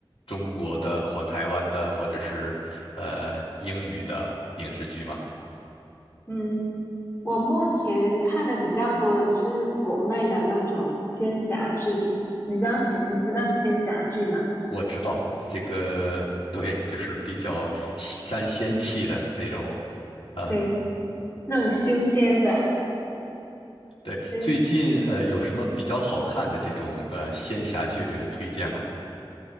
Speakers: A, on the left; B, on the left.
A: 中国的或台湾的，或者是呃英语的影视剧吗？
B: 嗯。我目前看的比较多的是国内的那种仙侠剧，你知道仙你知道仙侠剧吗？
A: 我知道这个，对，就是比较吸沾仙气的那种，啊，
B: 对，那种修仙的，
A: 对，
B: 对，
A: 最近呃有什么比较好看的这种呃仙侠剧这个推荐吗？